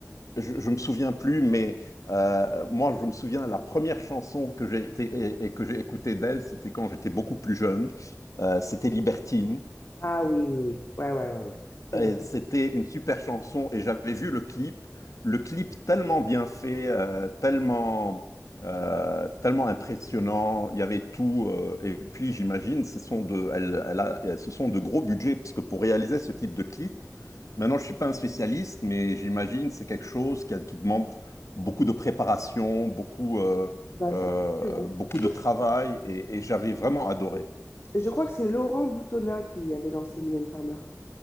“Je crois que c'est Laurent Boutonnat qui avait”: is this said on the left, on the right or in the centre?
Left